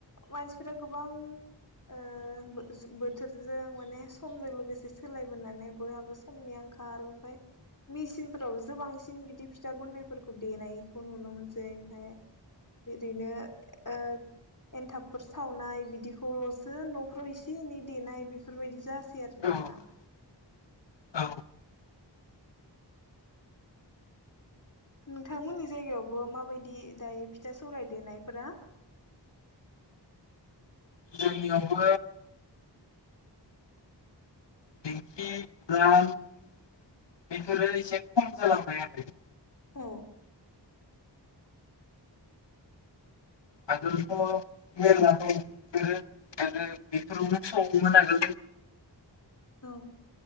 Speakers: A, on the left; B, on the left.
A: मानसिफोरा गोबां ओ जु बोथोरजों माने समजों लोगोसे सोलायबोनानै बयहाबो समनि आंखाल ओमफाय मिसिनफोरावसो बांसिन बिदि फिथा गुन्दैफोरखौ देनायखौ नुनो मोनसै ओमफाय ओरैनो ओ एन्थाबफोर सावनाय बिदिखौल'सो न'फ्राव एसे एनै देनाय बेफोरबायदि जा सै आरो
B: औ
A: दाना
B: औ
A: नोंथांमोननि जायगायावबो माबायदि दायो फिथा सौराय देनायफोरा
B: जोंनियावबो दिंखि उवाल बेफोरो एसे खम जालांबाय आरो
A: औ
B: आगोलथ' मेरला दो आरो बेफोरावनो सङोमोन आगोल
A: औ